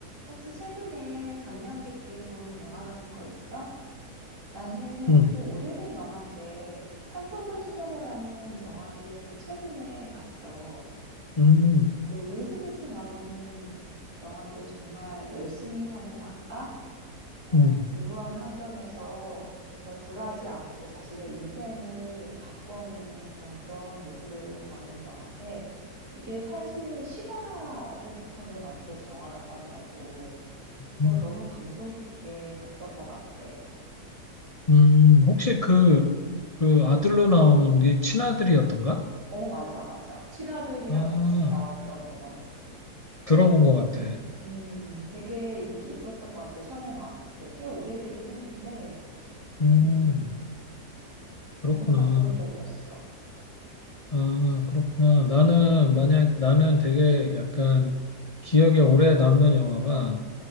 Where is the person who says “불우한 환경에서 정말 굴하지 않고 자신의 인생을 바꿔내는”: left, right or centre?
Right